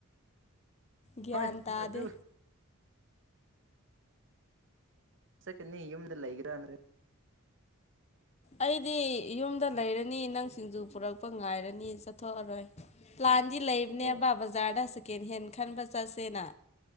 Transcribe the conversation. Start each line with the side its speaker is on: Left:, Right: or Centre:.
Left: ꯒ꯭ꯌꯥꯟ
Right: ꯍꯣꯏ
Left: ꯇꯥꯗꯦ
Right: ꯑꯗꯨ ꯁꯛꯀꯅꯤ ꯌꯨꯝꯗ ꯂꯩꯒ꯭ꯔꯥꯅꯔꯦ
Left: ꯑꯩꯗꯤ ꯌꯨꯝꯗ ꯂꯩꯔꯅꯤ ꯅꯪ ꯁꯤꯡꯖꯨ ꯄꯨꯔꯛꯄ ꯉꯥꯏꯔꯅꯤ ꯆꯠꯊꯣꯛꯑꯔꯣꯏꯥꯟ ꯁꯤ ꯂꯩꯕꯅꯦꯕ
Right: ꯑꯣ
Left: ꯕꯖꯥꯔꯗ ꯁꯦꯀꯦꯟ ꯍꯦꯟ ꯈꯟꯕ ꯆꯠꯁꯦꯅ